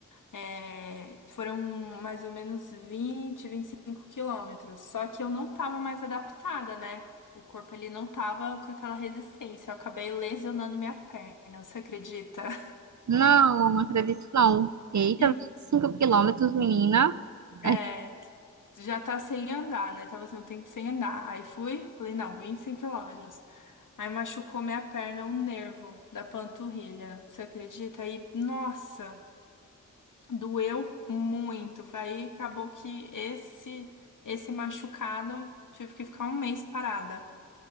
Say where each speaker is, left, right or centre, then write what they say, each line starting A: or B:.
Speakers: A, on the left; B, on the right.
A: É, foram mais ou menos vinte, vinte e cinco quilômetros. Só que eu não tava mais adaptada, né? O corpo ele não tava com aquela resistência. Eu acabei lesionando minha perna, você acredita? <laughs>
B: Não, não acredito não. Eita,
A: E.
B: vinte e cinco quilômetros, menina.
A: É,
B: É
A: já tá sem andar, né? Tava assim, um tempo sem andar. Aí fui, falei, não, 25 quilômetros. Aí machucou minha perna, um nervo da panturrilha. Você acredita? Aí, nossa, doeu muito. Aí acabou que esse esse machucado tive que ficar um mês parada.